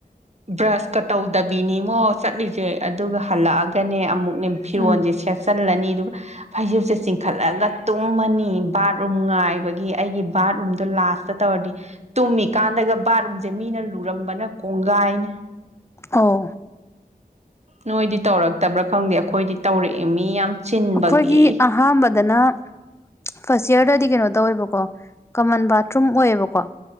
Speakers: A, on the right; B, on the left.
A: ꯕ꯭ꯔꯁꯀ ꯇꯧꯗꯕꯤꯅꯤꯃꯣ ꯆꯠꯂꯤꯁꯦ ꯑꯗꯨꯒ ꯍꯜꯂꯛꯑꯒꯅꯦ ꯑꯃꯨꯛ ꯐꯤꯔꯣꯟꯁꯦ
B: ꯎꯝ
A: ꯁꯦꯠꯆꯜꯂꯅꯤ ꯑꯗꯨꯒ ꯐꯩꯖꯨꯞꯁꯦ ꯆꯤꯡꯈꯠꯂꯒ ꯇꯨꯝꯃꯅꯤ ꯕꯥꯠꯔꯨꯝ ꯉꯥꯏꯕꯒꯤ ꯑꯩꯒꯤ ꯕꯥꯠꯔꯨꯝꯗꯣ ꯂꯥꯛ ꯥꯁꯇ ꯇꯧꯔꯗꯤ ꯇꯨꯝꯃꯤꯀꯥꯟꯗꯒ ꯕꯥꯠꯔꯨꯝꯁꯦ ꯃꯤꯅ ꯂꯨꯔꯝꯕꯅ ꯀꯣꯡꯒꯥꯏꯅꯦ
B: ꯑꯣ
A: ꯅꯣꯏꯗꯤ ꯇꯧꯔꯛꯇꯕ꯭ꯔꯥ ꯈꯪꯗꯦ ꯑꯩꯈꯣꯏꯗꯤ ꯇꯧꯔꯛꯑꯦ ꯃꯤ ꯌꯥꯝ ꯆꯤꯟꯕꯒꯤ
B: ꯑꯩꯈꯣꯏꯒꯤ ꯑꯍꯥꯟꯕꯗꯅ ꯐꯥꯔꯁ ꯌꯌꯥꯔꯗꯗꯤ ꯀꯩꯅꯣꯗ ꯇꯧꯋꯕꯀꯣ ꯀꯃꯟ ꯕꯥꯊꯔꯨꯝ ꯑꯣꯏꯌꯦꯕꯀꯣ